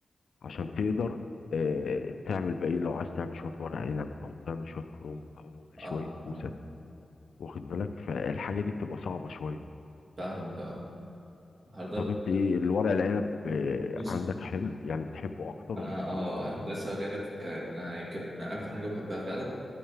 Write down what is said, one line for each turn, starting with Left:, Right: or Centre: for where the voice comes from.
Left: عشان تقدر آه، تعمل بقى ايه لو عايز تعمل شويه ورق عنب او تعمل شويه كرنب او شويه
Right: اه
Left: كوسه
Right: اه
Left: واخد بالك فالحاجه دي بتبقى صعبه شويه
Right: فاهمك اه النهارده
Left: طب
Right: بت-
Left: انت ايه الورق العنب آه،
Right: بص
Left: عندك حلو يعني بتحبه اكتر
Right: انا
Left: ولا الكرنب
Right: اه
Left: والحاجات
Right: كنت
Left: دي
Right: لسه جاي لك في الكلام انا يمكن اكتر حاجه بحبها فعلا